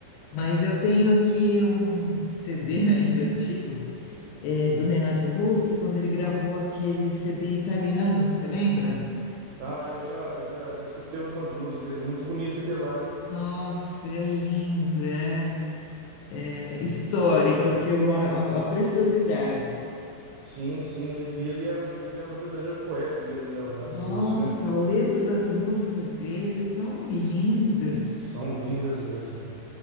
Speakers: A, on the left (about 80°); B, on the right (about 80°).
A: mas eu tenho aqui um CD <laughs> ainda antigo, é, do Renato Russo, quando ele gravou aquele CD em italiano, você lembra?
B: Ah, eu já eu já, já escutei algumas músicas dele, muito bonito aquele lá, hein?
A: Nossa, é lindo, é, é histórico aquilo lá, é uma uma preciosidade.
B: Sim, sim, e ele era um, ele era um verdadeiro poeta mesmo, né, o Renato
A: Nossa,
B: Russo, né?
A: a letra das músicas deles são lindas.
B: São lindas mesmo.